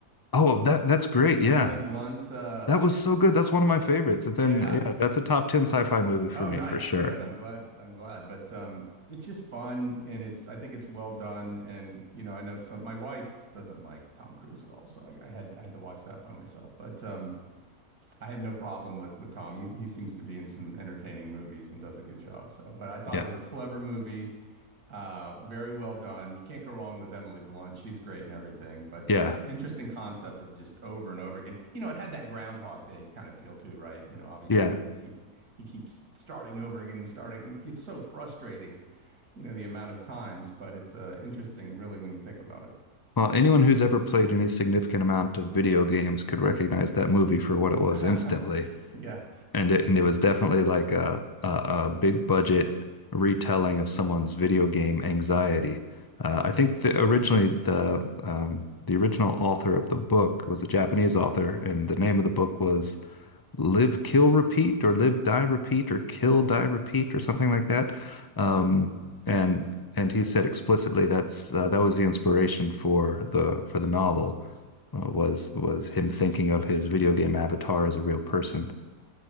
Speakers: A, on the left; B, on the right.
A: Oh, that that's great.
B: Emily
A: Yeah.
B: Blunt. Uh,
A: That was so good. That's one of my favorites. It's
B: yeah,
A: in yeah, that's a top 10 sci-fi movie for
B: Oh,
A: me
B: nice.
A: for sure.
B: Good. I'm glad. I'm glad. But um, it's just fun, and it's. I think it's well done. And you know, I know some. My wife doesn't like Tom Cruise at all, so I, I had I had to watch that by myself. But um, I have no problem with with Tom. He he seems to be in some entertaining movies and does a good job. So, but I thought
A: Yeah.
B: it was a clever movie. Uh, very well done. You can't go wrong with Emily Blunt. She's great and everything. But
A: Yeah.
B: um, interesting concept of just over and over again. You know, it had that Groundhog Day kind of feel too, right? You know, obviously
A: Yeah.
B: they keep he keeps starting over again and starting. It gets so frustrating, you know, the amount of times. But it's uh, interesting, really, when you think about it.
A: Well, anyone who's ever played any significant amount of video games could recognize that movie for what it was
B: <laughs>
A: instantly.
B: Yeah.
A: And it, and it was definitely like a, a, a big budget retelling of someone's video game anxiety. Uh,
B: Right.
A: I think the, originally the um, the original author of the book was a Japanese author, and the name of the book was live, kill, repeat, or live, die, repeat, or kill, die, repeat, or something like that. Um,
B: Yes.
A: and and he said explicitly that's uh, that was the inspiration for the for the novel uh, was was him thinking of his video game avatar as a real person.